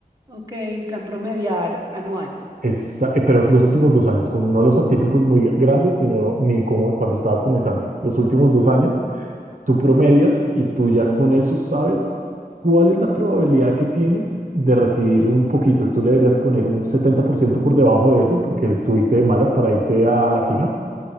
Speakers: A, on the right; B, on the right.
A: ok, en plan promediar anual.
B: Esa- eh, pero es los últimos dos años, como no los atípicos muy grandes, sino ni como cuando estabas comenzando. Los últimos dos años, tú promedias y tú ya con eso sabes cuál es la probabilidad que tienes de recibir un poquito. Tú le deberías poner un setenta por ciento por debajo de eso porque estuviste de malas para irte a la fija.